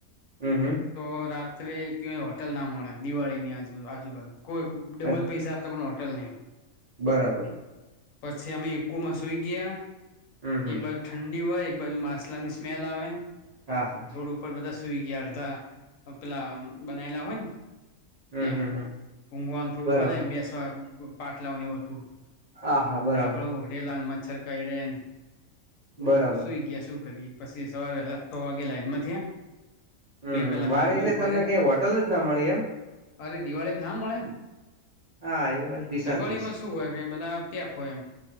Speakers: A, on the right (about 65°); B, on the left (about 70°).
A: હમ
B: તો રાત અત્રે કવાય હોટલ નામવાણા દિવાળીની આજ આજબ બાજુ કોઈ ડબલ
A: હમ
B: પૈસા આપ ત પણ હો ટલ નહી.
A: બરાબર.
B: પછી અમે એકકોમાં સુઈ ગયા.
A: હમ હમ
B: એક વાર ઠંડી હોય એક બાજુ માછલાની સ્મેલ આવે.
A: હા હા
B: રોડ ઉપર બધા સૂયગીયા તા પેલા બનાયલા હોય ન
A: હમ
B: ત્યાં
A: હમ હમ
B: ઊંઘવાનું થોડુંક
A: બરાબર
B: બનાય બેસવા પાછલાવાને એવુ હતું.
A: હા હા બરાબર
B: ડાભડો ઓઢેલા અને <unintelligible> કઈ ડેમ
A: બરાબર
B: પણ સુઈ ગયા શું કરીએ. પછી સવાર વેલા છ વાગે લાાઈનમાં જોયે.
A: હમ
B: બે
A: હમ
B: કલાક
A: બારે
B: લાઈનમાં
A: એટલે
B: ઉભાર્યા
A: તમને કઈ હોટલ જ ના મળી એમ
B: અરે દિવાળી નામ મળેને
A: હા એ વાત બી સાચી
B: દિવાળીમાં
A: છે
B: શું હોય કે બધા ખો એમ